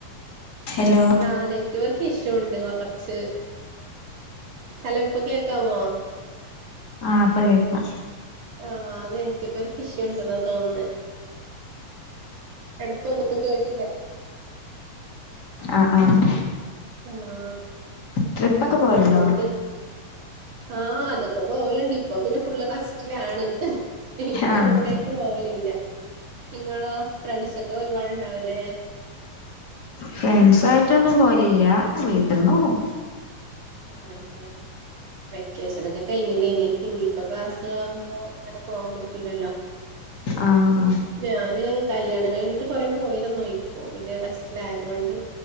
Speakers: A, on the left (about 40°); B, on the right (about 65°).
A: ഹലോ
B: ആഹ് നെറ്റ് വർക്ക് ഇഷ്യുണ്ട്. കൊ കൊറച്ച് ഹലോ ഇപ്പൊ കേക്കാവോ.
A: ആഹ് അപ്പ കേക്കാം
B: ആഹ് അതേ നെറ്റ് വർകിഷ്യുണ്ടെന്നാ തോന്നുന്നേ. എടക്കൊന്നും കേട്ടില്ല
A: <unintelligible> ആഹ് ആഹ്-
B: ആഹ്.
A: ട്രിപ്പൊക്കെ പോവല്ണ്ടോ?
B: പിന്നെന്തൊക്കെ ആഹ് അതൊക്ക പോവലുണ്ട് ഇപ്പൊ പിന്നെ ഫുള്ള് റസ്റ്റിലാണ് ഇപ്പ
A: ആഹ്
B: എവിടെ ഇപ്പോപോവലില്ല നിങ്ങളോ ഫ്രണ്ട്സൊക്കെ ഒരുപാട്ണ്ടാവുല്ലേ?
A: ഫ്രണ്ട്സ ആായിട്ടൊന്നും പോലില്ല വീട്ടുപോകും
B: ആണലെ വെക്കേഷനൊക്കെ കഴനില്ലേനി ഇനിയിപ്പ ക്ലാസ് ആവുമ്പോ അങ്ങനെ പോകാൻ പറ്റൂലല്ലോ
A: ആഹ്
B: ഞാന് കല്യാണം കഴിഞ്ഞിട്ട് കൊറെ പോയിരുന്നു ഇപ്പൊ പിന്നെ റെസ്റ്റിലായതൊണ്ട്